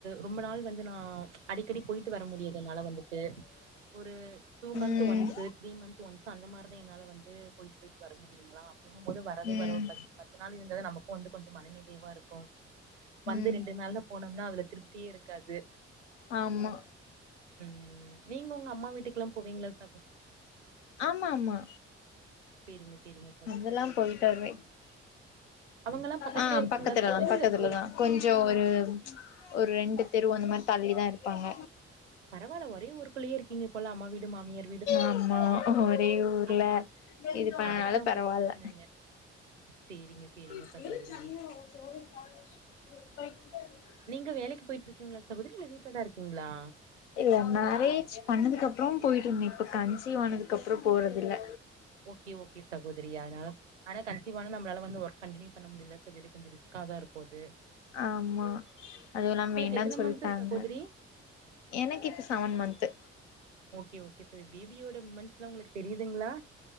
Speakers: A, on the right; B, on the left.
A: ரொம்ப நாள் வந்து நா அடிக்கடி போயிட்டு வர முடியாது என்னால வந்துட்டு ஒரு டூ
B: ம்
A: மந்த்த் ஒன்ஸு த்ரீ மந்த் ஒன்ஸ் அந்த மாரிதே என்னால வந்து போயிட்டு போயிட்டு வர முடியுங்ளா அப்டிங்குபோது வரது
B: ம்
A: வரோ பத் பத்து நாள்ந்து ன்றது நமக்கூ வந்து கொஞ்சோ மனநிறைவா இருக்கூ வந்து
B: ம்
A: ரெண்டு நாள்ல போனோமுனா அதுல திருப்தியே இருக்காது
B: ஆமா
A: ம் நீங்க உங்க அம்மா வீட்டுக்குல்லா போவீங்ளா சகோதரி
B: ஆம ஆமா
A: செரிங்க செரிங்க
B: அதெல்லா போய்ட்டு வருவே
A: அவங்கல்லா பக்கத்துலயே
B: ஆ
A: இருக்காங்களா
B: பக்கத்துலதா
A: சகோதரி
B: பக்கத்துலதா
A: இல்ல தூர
B: கொஞ்சோ ஒரு
A: ஓகே
B: ஒரு ரெண்டு தெரு அந்த மாரி தள்ளிதா இருப்பாங்க
A: பரவால்ல ஒரே ஊருக்குள்ளயே இருக்கீங்க போல அம்மா வீடு மாமியார் வீடு
B: ஆமா ஒரே ஊர்ல
A: அதனா
B: இது பன்னனால
A: அதனால உங்களுக்கு
B: பரவால்ல
A: பிரச்சன இல்ல சேரிங்க
B: <unintelligible>
A: சேரிங்க சகோதரி நீங்க வேலக்கு போயிட்டு இருக்கீங்ளா சகோதரி இல்ல வீட்லதா இருக்கீங்ளா
B: இல்ல மேரேஜ் பன்னதுக்கப்றோ போயிட்டுர்ந்தே இப்ப கன்சிங. ஆனதுக்கப்றோட போறதில்ல
A: ஓகே ஓகே சகோதரி அதனால ஆனா கன்சிவான நம்ளால வந்து ஒர்க் கண்டினியூ பன்ன முடில சகோதரி கொஞ்சொ ரிஸ்காதா இருக்கது
B: ஆமா அதுவுல்லாம வேணானு
A: எத்தன
B: சொல்ட்டாங்க
A: மந்த்து சகோதரி
B: எனக்கு இப்போ செவன் மந்த்து
A: ஓகே ஓகே சகோதரி பேபியோட மூமெண்ட்ஸ்லா ஒங்ளுக்கு தெரியதுங்ளா